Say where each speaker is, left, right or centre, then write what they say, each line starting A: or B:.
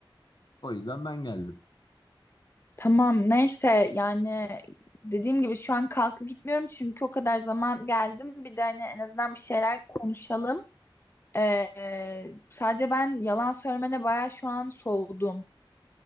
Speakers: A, on the left; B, on the left.
A: O yüzden ben geldim.
B: Tamam neyse yani dediğim gibi şu an kalkıp gitmiyorum çünkü o kadar zaman geldim. Bir de hani en azından bir şeyler konuşalım. Ee, sadece ben yalan söylemene bayağı şu an soğudum.